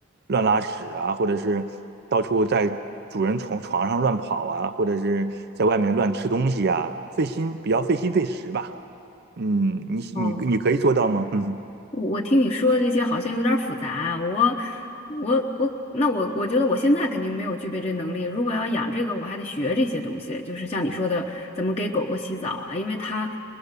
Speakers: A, on the right; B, on the left.
A: 乱拉屎啊，或者是到处在主人床床上乱跑啊，或者是在外面乱吃东西呀，费心，比较费心费时吧。嗯，你你你可以做到吗？
B: 哦，
A: 嗯，
B: 我我听你说的这些好像有点儿复杂啊，我我我，那我我觉得我现在肯定没有具备这能力。如果要养这个，我还得学这些东西，就是像你说的，怎么给狗狗洗澡啊，因为它